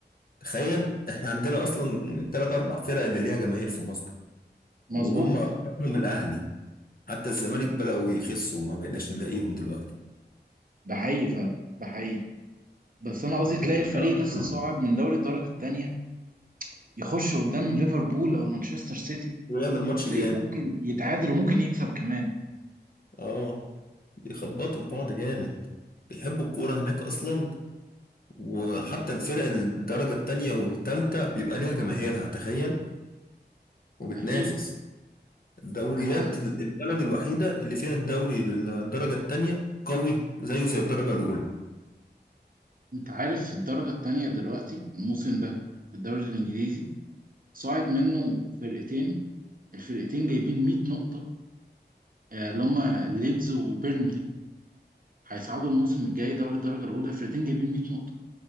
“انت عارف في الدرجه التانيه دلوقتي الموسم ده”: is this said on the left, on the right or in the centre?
Right